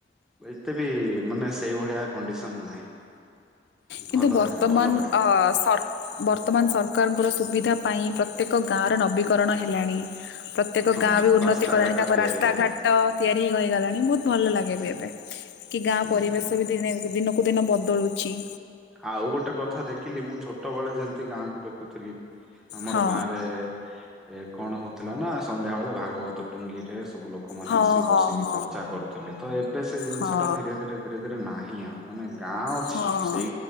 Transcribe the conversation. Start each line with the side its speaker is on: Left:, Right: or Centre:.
Centre: ଏତେ ବି ମାନେ ସେଇଭଳିଆ କଣ୍ଡିସନ ନାହିଁ।
Left: କିନ୍ତୁ
Centre: ଭଲ
Left: ବର୍ତ୍ତମାନ
Centre: ରହେ ଭଲ ଥାଏ
Left: ଅ ସର ବର୍ତ୍ତମାନ ସରକାରଙ୍କର ସୁବିଧା ପାଇଁ ପ୍ରତ୍ୟେକ ଗାଁର ନବୀକରଣ ହେଲାଣି ପ ପ୍ରତ୍ୟେକ
Centre: ହଁ
Left: ଗାଁ ବି ଉନ୍ନତି
Centre: ରାସ୍ତାଘାଟ
Left: କଲାଣି ତାଙ୍କ
Centre: ତିଆରି
Left: ରାସ୍ତାଘାଟ
Centre: ହେଲାଣି
Left: ତିଆରି ହେଇ ହୋଇଇଗଲାଣି ବହୁତ ଭଲ ଲାଗେ
Centre: ହୁଁ
Left: ବି ଏବେ କି ଗାଁ
Centre: ହୁଁ
Left: ପରିବେଶ
Centre: ହୁଁ।
Left: ବି ଦିନେ ଦିନକୁ ଦିନ ବଦଳୁ ଛି।
Centre: ଆଉ ଗୋଟେ କଥା ଦେଖିଲି ମୁଁ ଛୋଟ ବେଳେ ଯେମିତି ଗାଁକୁ ଦେଖୁଥିଲି ଆମର
Left: ହଁ
Centre: ଗାଁ ରେ ଏ କଣ ହଉଥିଲା ନା ସନ୍ଧ୍ୟାବେେଳେ ଭାଗବତ ଟୁଙ୍ଗିରେ ସବୁ ଲୋକମାନେ
Left: ହଁ
Centre: ଆସିିକି ବସିକି
Left: ହଁ
Centre: ଚର୍ଚ୍ଚା କରୁଥିଲେ ତ ଏବେ ସେ ଜିନିଷ
Left: ହଁ ହଁ
Centre: ଟା ଧୀରେ ଧୀରେ ଧୀରେ ଧୀରେ ନାହିଁ ଆଉ ମାନେ ଗାଁ ଅଛି
Left: ହଁ।
Centre: ସେଇ